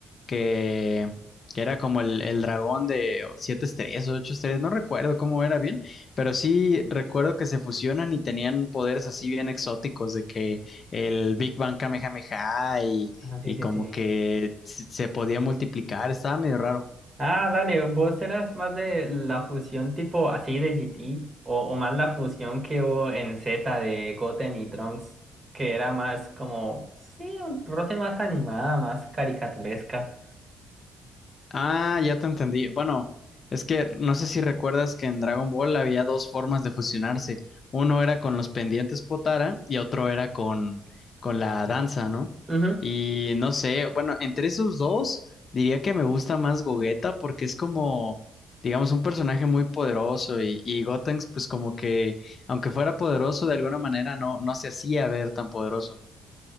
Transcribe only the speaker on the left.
que, que era como el, el dragón de siete estrellas o ocho estrellas, no recuerdo cómo era bien, pero sí recuerdo que se fusionan y tenían poderes así bien exóticos, de que el Big Bang Kamehameha y,
y
como
que se se podía multiplicar, estaba medio raro.
Ah, ya te entendí. Bueno, es que no sé si recuerdas que en Dragon Ball había dos formas de fusionarse. Uno era con los pendientes Potara y otro era con, con la danza, ¿no?
Y no sé, bueno, entre esos dos diría que me gusta más Gogeta porque es como, digamos, un personaje muy poderoso y, y Gotenks pues como que, aunque fuera poderoso de alguna manera, no, no se hacía ver tan poderoso.